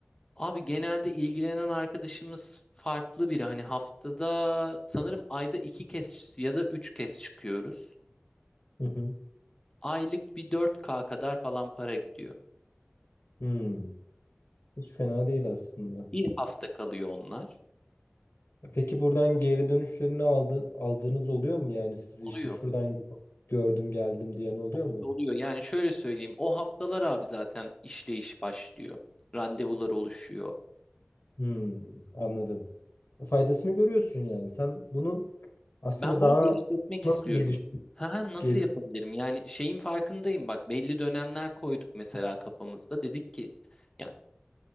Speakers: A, on the left (about 20°); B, on the left (about 70°).
A: Abi genelde ilgilenen arkadaşımız farklı biri. Hani haftada sanırım ayda iki kez ya da üç kez çıkıyoruz.
B: Hı hı.
A: Aylık bir dört k kadar falan para gidiyor.
B: Hmm. Hiç fena değil aslında.
A: Bir hafta kalıyor onlar.
B: Peki buradan geri dönüşlerini aldı, aldığınız oluyor mu? Yani sizi
A: Oluyor,
B: işte şuradan gö- gördüm geldim diyen oluyor
A: oluyor,
B: mu?
A: oluyor. Yani şöyle söyleyeyim, o haftalar abi zaten işleyiş başlıyor. Randevular oluşuyor.
B: Hmm, anladım. Faydasını görüyorsun yani. Sen bunu aslında
A: Ben
B: daha
A: bunu genişletmek istiyorum.
B: nasıl geliştir
A: Ha, ha, nasıl
B: gel
A: yapabilirim? Yani şeyin farkındayım bak belli dönemler koyduk mesela kafamızda. Dedik ki ya